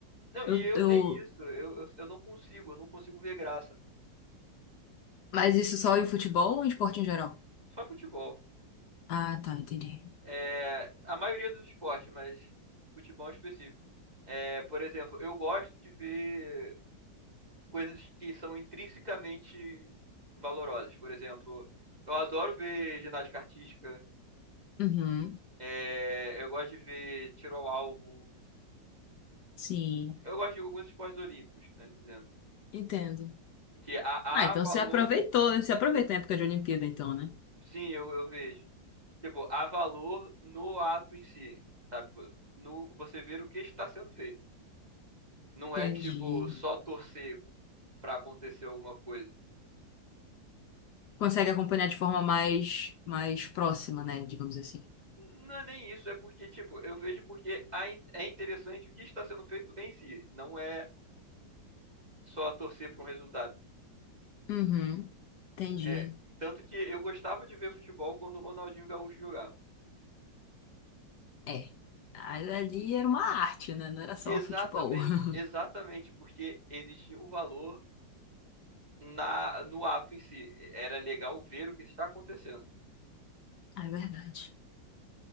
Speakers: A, on the right; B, on the left.
A: Não,
B: eu,
A: e eu
B: eu.
A: nem isso. Eu, eu, eu não consigo, eu não consigo ver graça.
B: Mas isso só em futebol ou em esporte em geral?
A: Só futebol.
B: Ah, tá, entendi.
A: É, a maioria dos esportes, mas futebol específico. É, por exemplo, eu gosto de ver. coisas que são intrinsecamente valorosas. Por exemplo, eu adoro ver ginástica artística,
B: Uhum,
A: é, eu gosto de ver tiro ao alvo,
B: sim,
A: eu gosto de alguns esportes olímpicos, né, dizendo.
B: entendo.
A: Que há, há
B: Ah, então
A: valor,
B: você aproveitou, você aproveita a época de Olimpíada, então, né?
A: sim, eu, eu vejo. Tipo, há valor no ato em si, sabe? No, você ver o que está sendo feito. Não é
B: Entendi.
A: que, tipo, só torcer para acontecer alguma coisa.
B: consegue acompanhar de forma mais, mais próxima, né? Digamos assim.
A: Não é nem isso, é porque, tipo, eu vejo porque há in- é interessante o que está sendo feito em si. Não é só torcer para um resultado.
B: Uhum, entendi.
A: É, tanto que eu gostava de ver futebol quando o Ronaldinho Gaúcho jogava.
B: É. Mas ali era uma arte, né? Não era só
A: Exatamente,
B: o futebol.
A: exatamente,
B: <laughs>
A: porque existia o valor na no ato em si. Era legal ver o que está acontecendo.
B: É verdade.